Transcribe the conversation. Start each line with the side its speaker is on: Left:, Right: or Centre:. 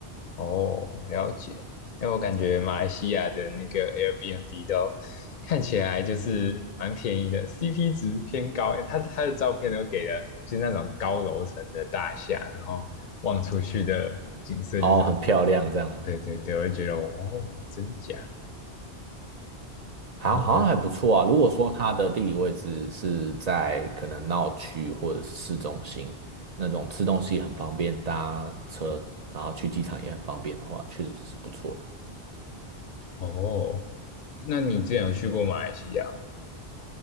Left: 哦，了解。因为我感觉马来西亚的那个 Airbnb 都看起来就是蛮便宜的，CP 值偏高。他他的照片都给了，就是那种高楼层的大厦，然后望出去的景色就是，
Right: 哦，很漂亮这样吗？
Left: 对对对，我就觉得哦，真假。
Right: 好，
Left: 然后我就
Right: 好像还不错啊。如果说它的地理位置是在可能闹区或者是市中心那种吃东西很方便，搭车然后去机场也很方便的话，确实是不错的。
Left: 哦，那你之前有去过马来西亚吗？